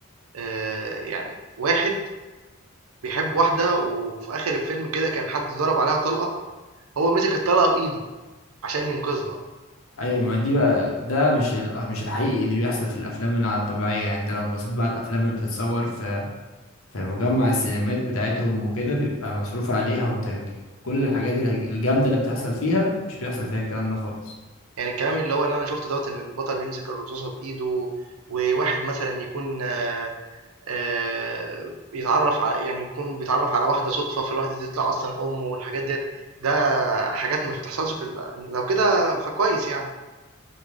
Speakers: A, on the right; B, on the left.
A: آه يعني واحد بيحب واحدة وفي اخر الفيلم كده كان حد ضرب عليها طلقة هو مسك الطلقة بايده عشان ينقذها
B: ايوه ما دي بقى ده مش ال... مش الحقيقي اللي بيحصل في الافلام اللي على الطبيعيه يعني انت لو بصيت بقى على الافلام اللي بتتصور في في مجمع السينمات بتاعتهم وكده بيبقى مصروف عليها والتك... كل الحاجات الهج- الجامده اللي بتحصل فيها مش بيحصل فيها الكلام ده خالص
A: يعني الكلام اللي هو اللي انا شفته دوت ان البطل يمسك الرصاصة بايده وواحد مثلا يكون آه آه يتعرف ع- يعني يكون بيتعرف على واحدة صدفة فالواحدة دي تطلع اصلا امه والحاجات ديت ده حاجات ما بتحصلش في ال- لو كده فكويس يعني